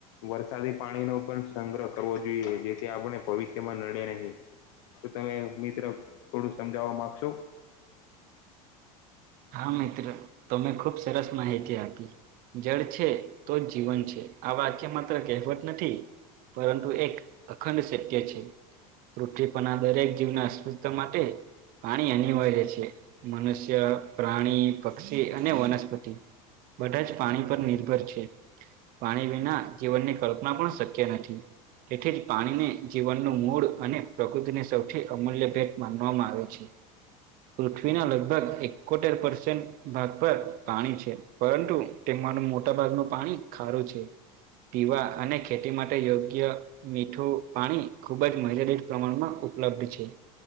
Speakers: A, on the left (about 70°); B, on the right (about 50°).
A: વરસાદી પાણી નો પણ સંગ્રહ કરવો જોઈએ. જોઈએ જેથી આપણે ભવિષ્યમાં નડે નહીં. તો તમે મિત્ર થોડું સમજાવવા માંગશો.
B: હા મિત્ર તમે ખુબ સરસ માહિતી આપી. જળ છે તો જ જીવન છે આ વાકય માત્ર કહેવત નથી. પરંતુ એક અખંડ સત્ય છે. પૃથ્વી પરના દરેક જીવના અસ્તિત્વ માટે પાણી અનિવાર્ય છે મનુષ્ય પ્રાણી પક્ષી અને વનસ્પતિ બધા જ પાણી પર નિર્ભર છે. પાણી વિના જીવનની કલ્પના પણ શક્ય નથી. તેથી જ પાણીને જીવનનું મૂળ અને પ્રકૃતિને સૌથી અમૂલ્ય ભેટ માનવામાં આવે છે. પૃથ્વીના લગભગ એક કોતેર પર્સેન્ટ ભાગ પર પાણી છે, પરંતુ તેમાં મોટા ભાગનું પાણી ખારું છે પીવા અને ખેતી માટે યોગ્ય મીઠું પાણી ખૂબ જ મર્યાદિત પ્રમાણમાં ઉપલબ્ધ છે.